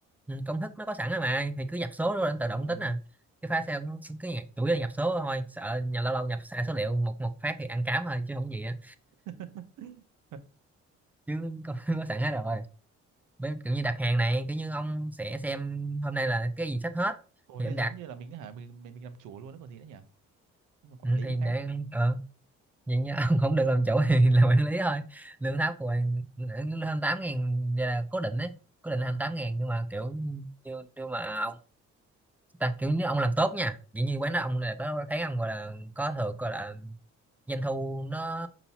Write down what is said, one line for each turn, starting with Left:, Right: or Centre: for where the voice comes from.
Centre: ừ, công thức nó có sẵn rồi mà thì cứ nhập số rồi anh tự
Right: Ờ.
Centre: động tính à cái file Excel nó cứ nhập, chủ yếu là nhập số thôi sợ nhà lâu lâu nhập sai số liệu một một phát thì ăn cám thôi chứ không gì á
Right: <laughs>
Centre: chứ có, <laughs> có sẵn hết rồi Với kiểu như đặt hàng này kiểu như ông sẽ xem hôm nay là cái gì sắp hết
Right: Ủa
Centre: thì
Right: thế
Centre: em
Right: giống
Centre: đặt
Right: như là mình hả mình mình, mình làm chủ luôn đó còn gì nữa nhỉ? Nhưng mà quản
Centre: Ừ,
Right: lý
Centre: thì để
Right: khác.
Centre: ờ vậy nha <laughs> ông không được làm chủ thì <laughs> làm quản lý thôi lương thấp của bạn hơn tám ngàn là cố định đấy cố định là hơn tám ngàn nhưng mà kiểu như nhưng mà ông ta kiểu như ông làm tốt nha dĩ như quán đó ông là có thấy ông gọi là có thưởng gọi là doanh thu nó